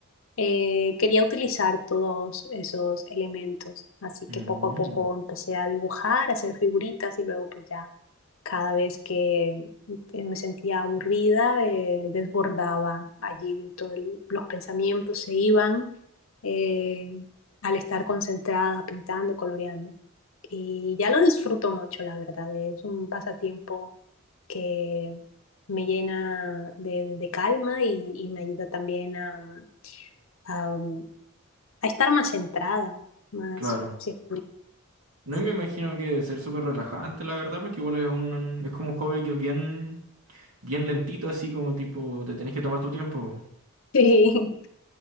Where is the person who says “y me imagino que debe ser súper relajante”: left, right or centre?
Right